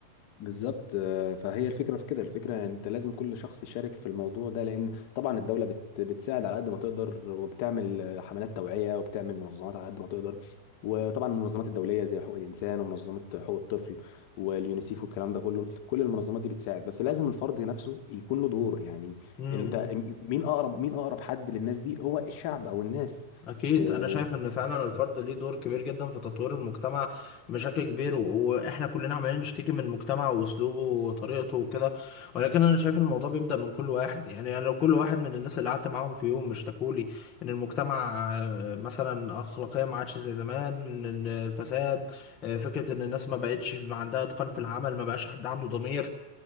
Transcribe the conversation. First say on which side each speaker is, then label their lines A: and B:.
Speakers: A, on the left; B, on the left.
A: بالظبط آه، فهي الفكره في كده الفكره انت لازم كل شخص يشارك في الموضوع ده لان طبعا الدوله بت بتساعد على قد ما تقدر وبتعمل آه، حملات توعيه وبتعمل منظمات على قد ما تقدر وطبعا المنظمات الدوليه زي حقوق الانسان ومنظمه حقوق الطفل واليونيسيف والكلام ده كله كل المنظمات دي بتساعد بس لازم الفرد نفسه يكون له دور يعني
B: امم
A: انت مين اقرب مين اقرب حد للناس دي هو الشعب او الناس
B: أكيد
A: آه،
B: أنا شايف إن فعلا الفرد ليه دور كبير جدا في تطوير المجتمع بشكل كبير و- وإحنا كلنا عمالين نشتكي من المجتمع وأسلوبه وطريقته وكده ولكن أنا شايف إن الموضوع بيبدأ من كل واحد يعني أنا لو كل واحد من الناس اللي قعدت معاهم في يوم اشتكولي إن المجتمع آه، مثلا أخلاقية ما عادش زي زمان إن الفساد آه، فكرة إن الناس ما بقتش عندها إتقان في العمل ما بقاش حد عنده ضمير